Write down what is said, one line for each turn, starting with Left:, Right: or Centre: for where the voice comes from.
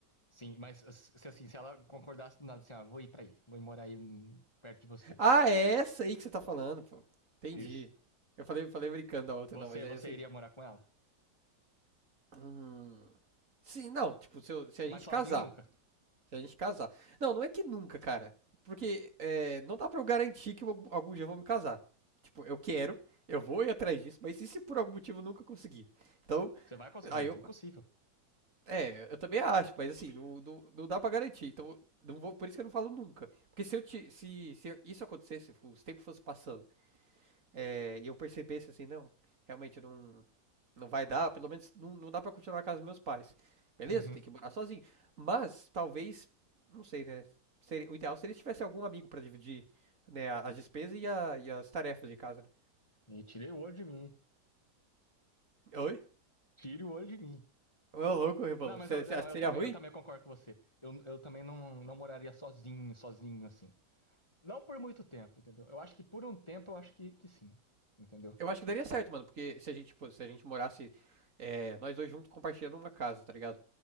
Left: Sim, mas se assim, se ela concordasse do nada assim, ah, vou ir pra aí, vou ir morar aí hum, perto de você.
Right: Ah, é essa aí que você tá falando, pô. Entendi.
Left: Isso.
Right: Eu falei, falei brincando da outra,
Left: Você,
Right: não, mas é
Left: você
Right: essa aí.
Left: iria morar com ela?
Right: Hum. Sim, não, tipo, se, eu- se a
Left: Mas
Right: gente
Left: sozinho
Right: casar.
Left: nunca.
Right: Se a gente casar. Não, não é que nunca, cara. Porque é, não dá pra eu garantir que eu algum- algum dia eu vou me casar. Tipo, eu quero, eu vou ir atrás disso, mas e se por algum motivo eu nunca conseguir? Então,
Left: Você vai conseguir,
Right: aí eu.
Left: impossível.
Right: É, eu também acho, mas assim, não, não, não dá pra garantir. Então, não vou, por isso que eu não falo nunca. Porque se eu te, se, se isso acontecesse, os tempos fossem passando. é, e eu percebesse assim, não, realmente não, não vai dar, pelo menos não, não dá pra continuar na casa dos meus pais. Beleza,
Left: Uhum.
Right: tem que morar sozinho. Mas talvez, não sei, né? seria- o ideal seria se tivesse algum amigo pra dividir, né, a- as despesas e, a- e as tarefas de casa, né?
Left: E tire o olho de mim.
Right: Oi?
Left: Tire o olho de mim.
Right: Ô, louco, Rebolo.
Left: Não, mas
Right: Você
Left: eu, não,
Right: acha que
Left: eu
Right: seria
Left: também,
Right: ruim?
Left: eu também concordo com você. Eu, eu também não, não moraria sozinho, sozinho, assim. Não por muito tempo, entendeu? Eu acho que por um tempo eu acho que, que sim, entendeu?
Right: Eu acho que daria certo, mano, porque se a gente, pô, se a gente morasse é, nós dois juntos compartilhando uma casa, tá ligado?